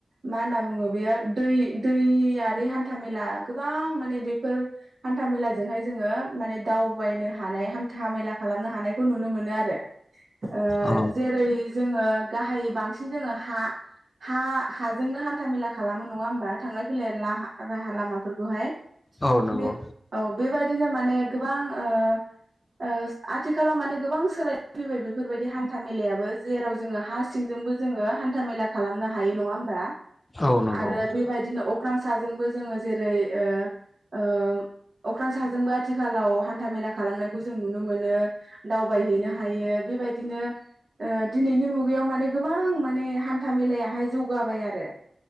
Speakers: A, on the right; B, on the left.
A: मा होनना बुङो बेयो दै-दैयारि हान्था मेला गोबां माने बेफोर हान्था मेलाजोंहाय जोङो माने दावबायनो हानाय हान्था मेला खालाम नो हानायखौ नुनो मोनो आरो ओ
B: औ
A: जेरै जोङो गाहाय बां सिन जोङो हा हा हाजोंनो हान्था मेला खालामो नङा होमबा थांलाय फैलायनि <unintelligible> लामाफोरखौहाय
B: औ नंगौ
A: बे औ बेबायदिनो माने गोबां ओ ओ आ थिखालाव माने गोबां सोलाय फैबाय बेफोरबायदि हान्था मेलायाबो जेराव जोङो हा सिंजोंबो जोङो हान्था मेला खालामनो हायो नङा होमबा
B: औ नंगौ
A: आरो बेबायदिनो अख्रां साजोंबो जोङो जेरै ओ ओ अख्रां साजोंबो आथिखालाव हान्था मेला खा लामनायखौ जों नुनो मोनो दावबायहैनो हायो बेबादिनो ओ दिनैनि मुगायाव माने गोबां माने हान्था मेलायाहाय जौगाबाय आरो